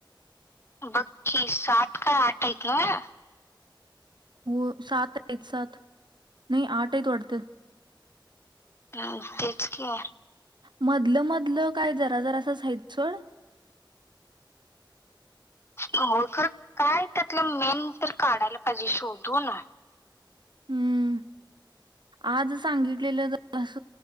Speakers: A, on the left; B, on the right.
A: बकी सात का आठ आहेऐक ना
B: हो सात आहेत सथ नाही आठ आहेत त अडथं
A: ह तेच कि
B: मधलं मधलं काय जरा जरा असं साहित सड
A: हो तर काय त्यातलं मेन तर काढायला पाहिजे शोधू ना
B: हम्म आज सांगितलेलं अस